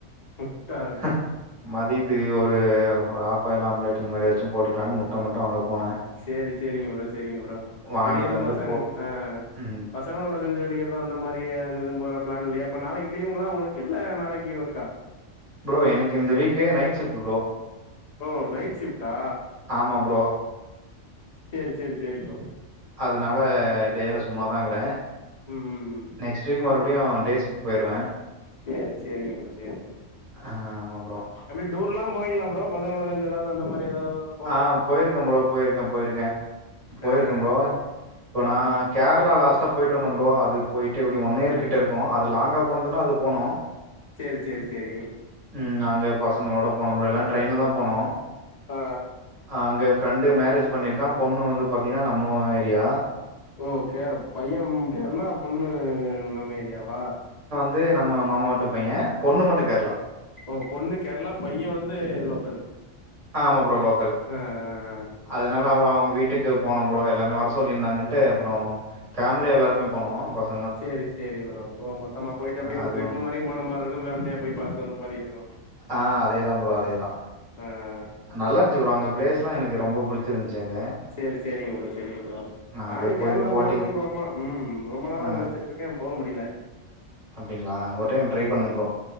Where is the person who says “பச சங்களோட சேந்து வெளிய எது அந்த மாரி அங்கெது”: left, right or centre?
Left